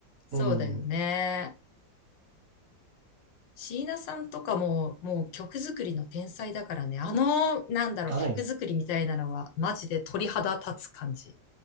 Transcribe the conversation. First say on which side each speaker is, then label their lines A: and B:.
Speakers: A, on the left; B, on the right.
A: そうだよね。
B: うん。
A: 椎名さんとかも、もう曲作りの天才だからね。あの、なんだろう、
B: はい。
A: 曲作りみたいなのは、マジで鳥肌立つ感じ。